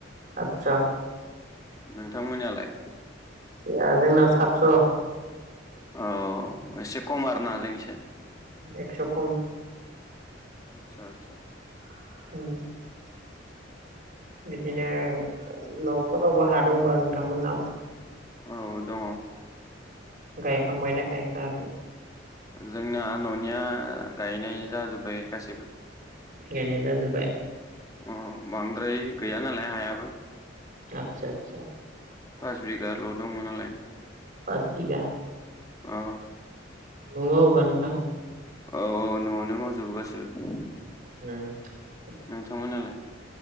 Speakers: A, on the right; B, on the left.
A: आतस'
B: नोंथांमोननियालाय
A: जोंनाव सातस'
B: औ एसे खम आरो ना? जोंनोसै
A: एकस' खम
B: आतसा आतसा
A: ह बिदिनो न'फोरावबो हा दंब नोंथांमोननाव
B: औ दङ।
A: गायखांबायना गायखाङाखै?
B: जोंना न'निया गायनाय जाजोब्बाय गासैबो
A: गायनाय जाजोबबाय
B: ओम बांद्राय गैया नालाय हायाबो
A: आतसा आतसा
B: पास बिगाल' दङ नालाय
A: पाजबिघा
B: औ
A: दङो अब्ला नोंथां।
B: औ औ न'आवनो मावजोबो गासैबो
A: उम
B: नोंथांमोनालाय?